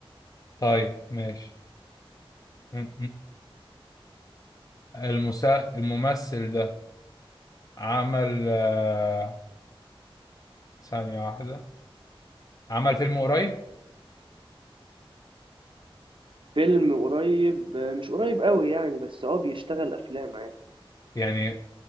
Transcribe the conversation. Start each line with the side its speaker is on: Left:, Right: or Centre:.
Left: طيب ماشي م- م. المسا... الممثل ده عمل آه، ثانية واحدة عمل فيلم قريب
Right: فيلم قريب آه، مش قريب قوي يعني بس اه بيشتغل افلام عادي
Left: يعني